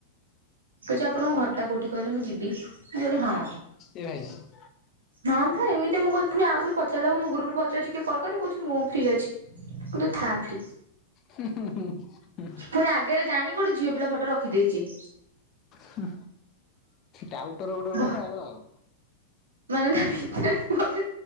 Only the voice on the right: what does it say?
କହୁଛି ଆପଣଙ୍କ ଘରଟା କୋଉଠି କହିଲେ ମୁଁ ଯିବି ମୁଁ କହିଲି ହଁ।
ହଁ ବା ଏମିତି ମୁଁ କଇଲି ପୁଣି ଆଉଥରେ ପଚାରିଲାକୁ ମୁଁ ଗ୍ରୁପରେ ପଚାରାରୁଛି କିଏ କଲ କରିବେ କହୁଛି ମୁଁ ଫ୍ରି ଅଛି। ଗୋଟେ ଥା ତି।
ପୁଣି ଆଗରେ ଜାଣିକି ଗୋଟେ ଝିଅ ପିଲା ଫଟ ରଖିଦେଇଛି।
ବା
ମାନେ ନା ତା ଭିତରେ ପୁଅ ପି